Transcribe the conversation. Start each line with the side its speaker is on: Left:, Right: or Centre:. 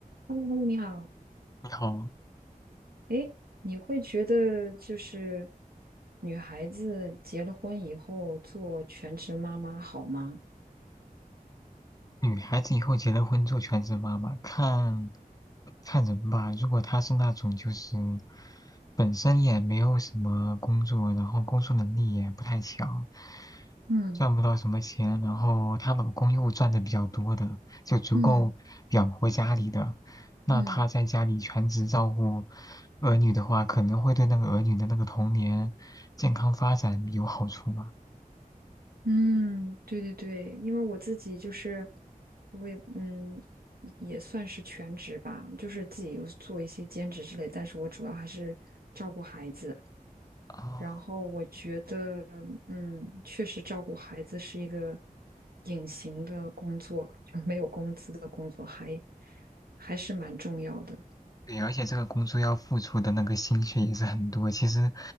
Right: Hello，你好。
Left: 你好，
Right: 诶，你会觉得就是女孩子结了婚以后做全职妈妈好吗？
Left: 女孩子以后结了婚做全职妈妈，看看人吧。如果她是那种就是本身也没有什么工作，然后工作能力也不太强，
Right: 嗯
Left: 赚不到什么钱，然后她老公又赚的比较多的，就足够养活家里的，
Right: 嗯
Left: 那她在家里全职照顾
Right: 嗯
Left: 儿女的话，可能会对那个儿女的那个童年健康发展有好处吗？
Right: 嗯，对对对，因为我自己就是我也嗯也算是全职吧，就是自己有做一些兼职之类，但是我主要还是照顾孩子。
Left: 哦，
Right: 然后我觉得，嗯，确实照顾孩子是一个隐形的工作，就没有工资的工作还，还是蛮重要的。
Left: 对，而且这个工作要付出的那个心血也是很多，其实